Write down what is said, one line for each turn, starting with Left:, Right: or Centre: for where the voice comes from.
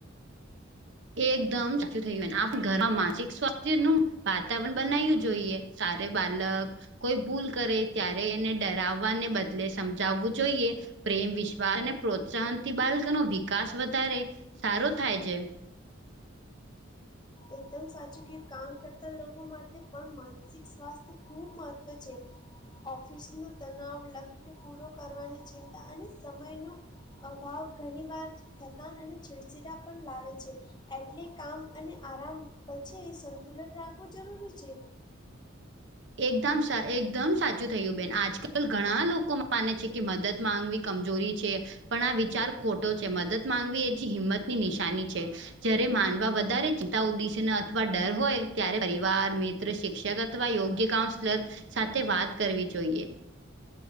Right: એકદમ સાચું થયુ ને આપ ઘરમાં માનસિક સ્વાસ્થ્યનું વાતાવરણ બનાયુ જોઈએ. સારે બાલક કોઈ ભૂલ કરે ત્યારે એને ડરાવવાને બદલે સમજાવવું જોઈએ. પ્રેમ, વિશ્વાસ અને પ્રોત્સાહનથી બાળકનો વિકાસ વધારે સારો થાય છે.
Left: એકદમ સાચું કે કામ કરતા લોકો માટે પણ માનસિક સ્વાસ્થ ખૂબ મહત્વ છે. ઓફિસનો તનાવ, લક્ષ્ય પૂરો કરવાની ચિંતા અને સમયનો અભાવ ઘણી વાર થકાન અને છીડછીડા પણ લાવે છે એટલે કામ અને આરામ વચ્ચે સંતુલન રાખવું જરૂરી છે.
Right: એકદમ સા એકદમ સાચું થયું બેન આજકાલ ઘણા લોકો માને છે કે મદદ માંગવી કમજોરી છે પણ આ વિચાર ખોટો છે મદદ માંગવી એ જ હિંમતની નિશાની છે. જયારે માનવા વધારે ચિંતા ઉદદિશ અથવા ડર હોય ત્યારે પરિવાર, મિત્ર, શિક્ષક અથવા યોગ્ય કે કાઉન્સલર સાથે વાત કરવી જોઈએ